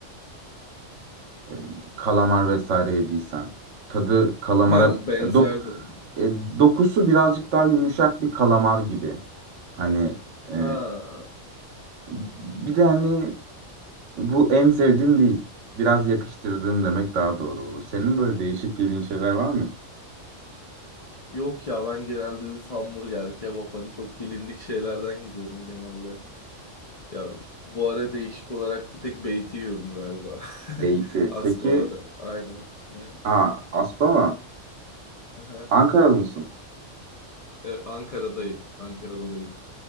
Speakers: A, on the right; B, on the left.
A: e, kalamar vesaire yediysen. Tadı kalamara
B: Ha benzer
A: e, dok
B: de oldu.
A: e, dokusu birazcık daha yumuşak bir kalamar gibi. Hani e,
B: Ha.
A: bir de hani bu en sevdiğim değil. Biraz yakıştırdığım demek daha doğru olur. Senin böyle değişik yediğin şeyler var mı?
B: Yok ya ben genelde hamburger, kebap hani çok bilindik şeylerden gidiyorum genelde. Ya bu ara değişik olarak bir tek beyti yiyorum galiba.
A: Beyti.
B: <laughs> Aspava'da.
A: Peki,
B: Aynen. Ya.
A: aa, Aspava.
B: Aha.
A: Ankaralı mısın?
B: E, Ankara'dayım. Ankara'da değil.